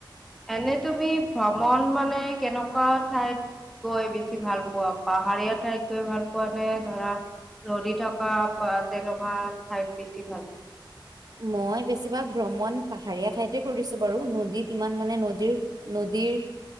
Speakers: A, in the centre; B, on the right.
A: এনে তুমি ভ্ৰমণ মানে কেনেকুৱা ঠাইত গৈ বেছি ভাল পোৱা পাহাৰীয়া ঠাইত গৈ ভাল পোৱা নে ধৰা নদী থকা বা তেনেকুৱা ঠাইত বেছি ভাল পোৱা
B: মই বেছিভাগ ভ্ৰমণ পাহাৰীয়া ঠাইতে কৰিছো বাৰু নদীত ইমান মানে নদীৰ নদীৰ